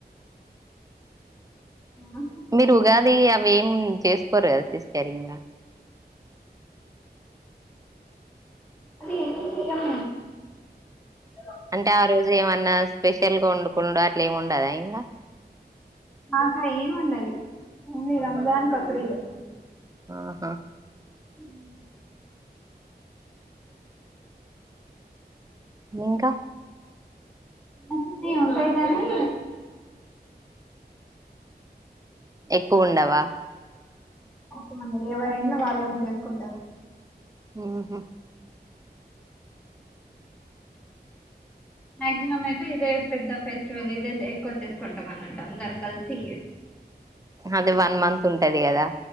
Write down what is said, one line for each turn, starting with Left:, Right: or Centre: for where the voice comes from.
Centre: ఆ
Right: మీరు ఉగాది అవి ఏం చేసుకోరు సిస్టర్ ఇంగా
Centre: అదే ఏం చేయము మేము
Right: అంటే ఆ రోజు ఏమన్నా స్పెషల్గా వండుకుండు అట్లా ఏమి ఉండదా ఇంగా
Centre: నాకా ఏమి ఉండదు ఓన్లీ రంజాన్ బక్రీద్
Right: ఆహా
Centre: హ్మ్
Right: ఇంకా
Centre: మాకు <unintelligible> ఉంటాయి గానీ
Right: ఎక్కువ ఉండవా
Centre: హ్మ్ ఎవరింట్లో వాళ్ళనే చేసుకుంటారు
Right: హ్మ్ హు
Centre: మక్సిమం అయితే ఇదే పెద్ద ఫెస్టివల్ ఇదే ఎక్కువ చేసుకుంటాం అన్నట్ అందరు కలిసి
Right: అదే వన్ మంత్ ఉంటది కదా